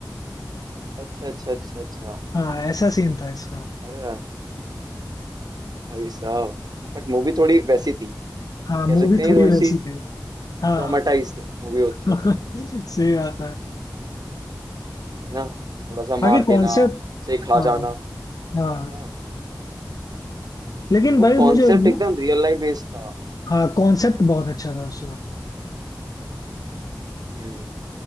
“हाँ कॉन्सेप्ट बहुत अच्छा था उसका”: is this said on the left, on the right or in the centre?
Left